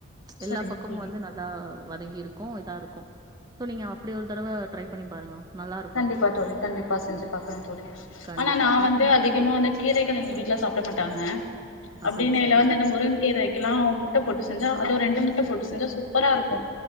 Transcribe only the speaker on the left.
சரிங்க
தோழி
கண்டிப்பா தோழி கண்டிப்பா செஞ்சு பாக்றே தோழி
ஆனா நா
வந்து அதிகமா வந்து கீரைகள் எங்க வீட்ல சாப்ட மாட்டாங்க
அப்படின்னில
வந்து அந்த முருங் கீரேக்கெல்லா முட்ட போட்டு செஞ்சா அதுவு ரெண்டு முட்ட போட்டு செஞ்சா சு சூப்பராருக்கூ